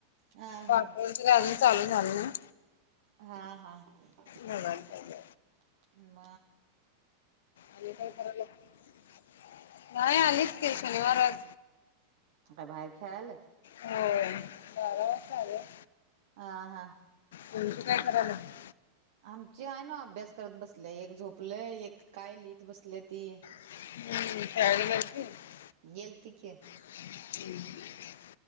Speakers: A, on the right (about 55°); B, on the left (about 60°).
A: हा
B: पाठवलं
A: हा
B: तरी अजून चालू झालं नाही.
A: हा हा हा,
B: बघायला पाहिजे
A: म
B: आणि कायरालाय म, नाही आलीत की शनिवार आज
A: काय बाहेर खेळल्यात?
B: होय, बारा वाजता आल्यात.
A: आ हा.
B: तुमची काय कराल्यात?
A: आमची आहे नव अभ्यास करत बसल्या, एक झोपलय, एक काय लिहित बसल्या ती.
B: हम्म! <unintelligible>
A: गेलती की.
B: <unintelligible> <inaudible>